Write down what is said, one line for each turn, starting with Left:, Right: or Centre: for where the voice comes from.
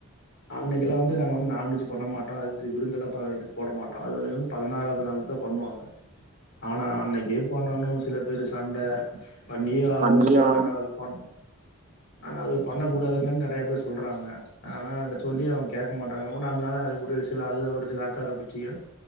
Left: அன்னைக்கெல்லா வந்து நாங்க வந்து நான்வெஜ்ஜு பண்ண மாட்டோ அது விருந்தொல்லா ப போட மாட்டோ அதுலிர்ந்து பதனாறாவத் நாளுக் தா பண்ணுவாங்க
Right: <inaudible>
Left: ஆனா அன்னைக்கே பண்ணனு சில பேரு சண்ட பண்ணியே ஆகணுன்ட்டு
Right: பண்ணி ஆ
Left: ஆனா அது பண்ணு ஆனா அது பண்ணக் கூடாதுங்கன் நெறைய பேர் சொல்றாங்க ஆனா அது சொல்லியு அவங் கேட்க மாட்டாங்க ஒடனே அதனால அது ஒரு சில அது ஒரு சில அக்கா தங்கச்சிக